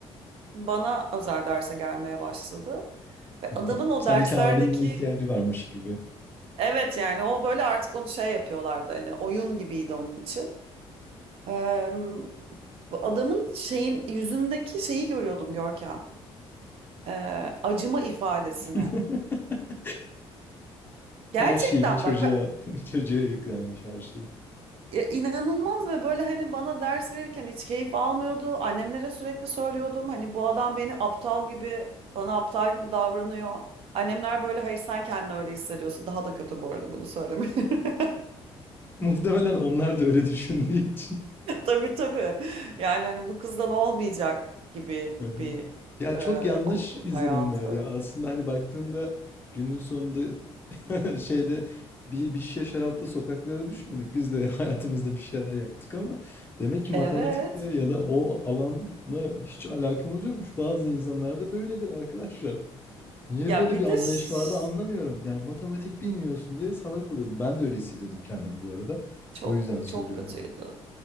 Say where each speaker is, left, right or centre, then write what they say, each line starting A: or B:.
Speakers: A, on the right; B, on the left.
A: bana özel derse gelmeye başladı. Ve
B: <laughs>
A: adamın o
B: Sanki
A: derslerdeki
B: abinin ihtiyacı varmış gibi.
A: Evet yani o böyle artık onu şey yapıyorlardı hani oyun gibiydi onun için. Eee, bu adamın şeyin yüzündeki şeyi görüyordum Görkem. Eee, acıma ifadesini.
B: <laughs>
A: Gerçekten
B: Her şeyi bir çocuğa
A: bak ve
B: <laughs> bir çocuğa yüklenmiş her şey.
A: e, inanılmaz ve böyle hani bana ders verirken hiç keyif almıyordu. Annemlere sürekli söylüyordum hani bu adam beni aptal gibi bana aptal gibi davranıyor. Annemler böyle hayır sen kendini öyle hissediyorsun. Daha da kötü bu arada bunu söylemeleri. <laughs>
B: Muhtemelen onlar da öyle düşündüğü için.
A: Tabii tabii. Yani hani bu kızdan olmayacak gibi
B: <laughs> Hı hı.
A: bir
B: Ya
A: e,
B: çok yanlış
A: okul
B: izlenimler
A: hayatı.
B: ya. Aslında hani baktığında günün sonunda <laughs> Şeyde bir, bir şişe şarapla sokaklara düşmedik. Biz de <laughs> hayatımızda bir şeyler yaptık ama demek ki matematikle
A: Evet.
B: ya da o alanla hiç alakamız yokmuş. Bazı insanlarda böyledir arkadaşlar. Niye
A: Ya
B: böyle
A: bir
B: bir
A: de
B: anlayış
A: ş-
B: vardı anlamıyorum. Yani matematik bilmiyorsun diye salak oluyordum. Ben de öyle hissediyordum kendimi bu arada.
A: çok
B: O yüzden söylüyorum.
A: çok kötüydü.